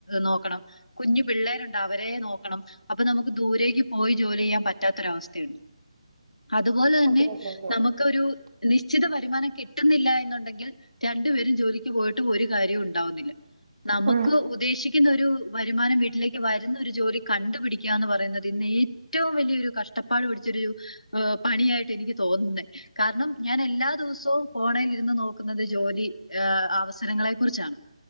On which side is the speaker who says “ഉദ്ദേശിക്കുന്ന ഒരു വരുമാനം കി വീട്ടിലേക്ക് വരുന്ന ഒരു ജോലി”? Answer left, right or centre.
Left